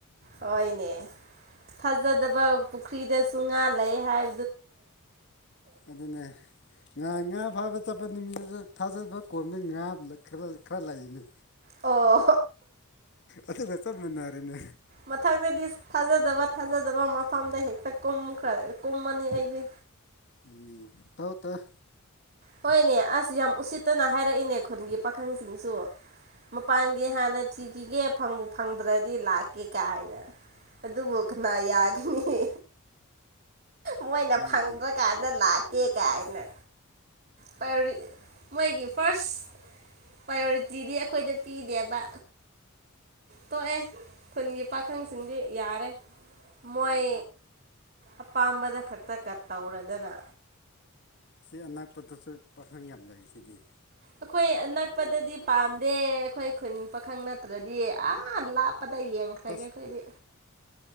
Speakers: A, on the right (about 45°); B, on the left (about 55°).
A: ꯍꯣꯏꯅꯦ ꯊꯥꯖꯗꯕ ꯄꯨꯈ꯭ꯔꯤꯗꯁꯨ ꯉꯥ ꯂꯩ ꯍꯥꯏ
B: ꯑꯗꯨꯅꯦ ꯉꯥ ꯉꯥ ꯐꯥꯕ ꯆꯠꯄ ꯅꯨꯃꯤꯠꯇ ꯊꯥꯖꯕ ꯀꯣꯝꯗ ꯉꯥ ꯈ ꯈꯔ ꯂꯩꯕꯅꯤ
A: ꯑꯣ
B: ꯑꯗꯨꯒ ꯆꯞꯃꯟꯅꯔꯤꯅꯦ
A: ꯃꯊꯪꯛꯇꯗꯤ ꯊꯥꯖꯗꯕ ꯊꯥꯖꯗꯕ ꯃꯐꯝꯗ ꯍꯦꯛꯇ ꯀꯨꯝꯈ꯭ꯔ ꯀꯨꯝꯃꯅꯤ ꯑꯩꯗꯤ
B: ꯎꯝ ꯇꯧꯇꯧ
A: ꯍꯣꯏꯅꯦ ꯑꯁ ꯌꯥꯝ ꯎꯁꯤꯠꯇꯅ ꯍꯥꯏꯔꯛꯏꯅꯦ ꯈꯨꯟꯒꯤ ꯄꯥꯈꯪꯁꯤꯡꯁꯨ ꯃꯄꯥꯟꯒꯤ ꯍꯥꯟꯅ ꯊꯤꯈꯤꯒꯦ ꯐꯪ ꯐꯪꯗ꯭ꯔꯗꯤ ꯂꯥꯛꯀꯦ ꯀꯥꯏꯅ ꯑꯗꯨꯕꯨ ꯀꯅꯥ ꯌꯥꯒꯅꯤ ꯃꯣꯏꯅ
B: ꯈꯪꯗꯦ
A: ꯐꯪꯗ꯭ꯔꯥꯀꯥꯟꯗ ꯂꯥꯛꯀꯦ ꯀꯥꯏꯅ ꯄꯔꯤ ꯃꯣꯏꯒꯤ ꯐꯥꯔꯁ ꯄ꯭ꯔꯥꯏꯌꯣꯔꯤꯇꯤꯗꯤ ꯑꯩꯈꯣꯏꯗ ꯄꯤꯗꯦꯕ ꯇꯣꯛꯑꯦ ꯈꯨꯟꯒꯤ ꯄꯥꯈꯪꯁꯤꯡꯗꯤ ꯌꯥꯔꯦ ꯃꯣꯏ ꯑꯄꯥꯝꯕ ꯈꯛꯇꯒ ꯇꯧꯔꯗꯅ
B: ꯁꯤ ꯑꯅꯥꯛꯄꯗꯁꯨ ꯄꯥꯈꯪ ꯌꯥꯝ ꯂꯩ ꯁꯤꯗꯤ
A: ꯑꯩꯈꯣꯏ ꯑꯅꯛꯄꯗꯗꯤ ꯄꯥꯝꯗꯦ ꯑꯩꯈꯣꯏ ꯈꯨꯟ ꯄꯥꯈꯪ ꯅꯠꯇ꯭ꯔꯗꯤ ꯑꯥ ꯂꯥꯞꯄꯗ ꯌꯦꯡꯉ ꯈꯔ꯭ꯒꯦ
B: ꯇꯁ
A: ꯑꯈꯣꯏꯗꯤ